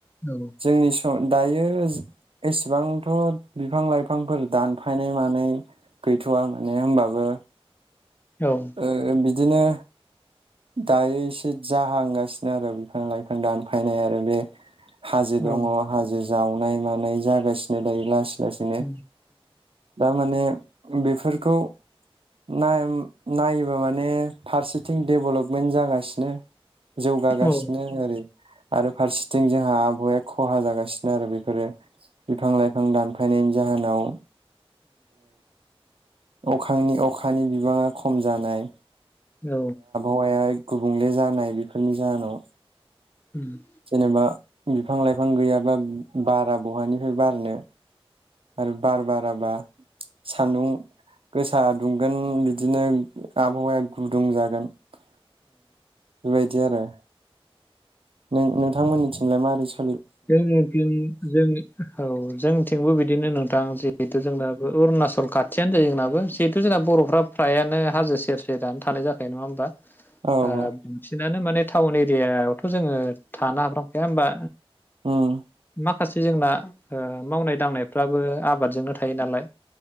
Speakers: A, on the left; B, on the right.
A: औ
B: जोंनि सम दायो एसेबांथ' बिफां लाइफांफोर दानफायनाय मानाय गैथ'वा माने होनबाबो
A: औ
B: ओ बि दिनो दायो एसे जाहांगासिनो आरो बिफां लाइफां दानफायनाय आरो बे हाजो दङ
A: औ
B: हाजो जावनाय मानाय जागासिनो दायो लासै लासिनो।
A: औ
B: दा माने बेफोरखौ नाय नायोबा माने फारसेथिं देबलब मेन्थ जागासिनो जौगागासिनो
A: औ
B: ओरै आरो फारसेथिं जोंहा आबहावाया खहा जागासिनो आरो बेफोरो बिफां लाइफां दानफायनायनि जाहोनाव ओ अखांनि अ खानि बिबाङा खम जानाय,
A: औ।
B: हावाया गुबुंले जानाय बेफोरनि जाहोनाव।
A: <inaudible>
B: जेनेबा बिफां लाइफां गैयाब्ला बारा बहानिफ्राय बारनो? आरो बार बाराबा सान्दुं गोसा दुंगोन बिदिनो आबहावाया गुदुं जागोन। बेबायदि आरो। नों नोंथांमोननिथिंलाय मारै स
A: जोंनिथिं जोंनि औ जोंथिंबो बिदिनो नोंथां जिहेथु जोंना अरुणाचल खाथियानो जायो जोंनाबो जिहेथु जोंना बर'फ्रा फ्रायानो हाजो सेरसेेर आनो थानाय जाखायो नङा होमबा?
B: औ
A: आ
B: औ
A: बांसिन नानो माने टाउन एरियाायावथ' जोङो थानो हाफ्रामखाया होमबा
B: उम।
A: माखासे जोंना ओ मावनाय दांनायफ्राबो आबादजोंनो थायो नालाय?